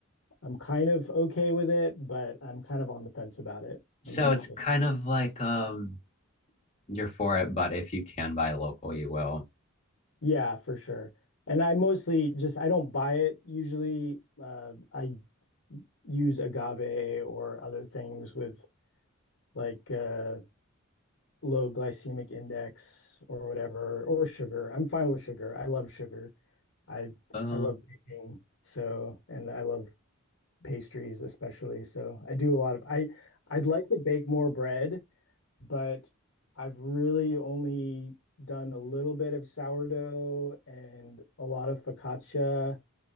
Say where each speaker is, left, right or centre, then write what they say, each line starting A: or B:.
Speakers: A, on the left; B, on the left.
A: I'm kind of okay with it, but I'm kind of on the fence about it.
B: So
A: I'm not
B: it's
A: sure.
B: kind of like um you're for it, but if you can buy local, you will.
A: Yeah, for sure. And I mostly just I don't buy it usually. Uh, I use agave or other things with like uh, low glycemic index or whatever, or sugar. I'm fine with sugar. I love sugar. I
B: Uh,
A: I love baking, so and I love pastries especially. So I do a lot of I I'd like to bake more bread but I've really only done a little bit of sourdough and a lot of focaccia.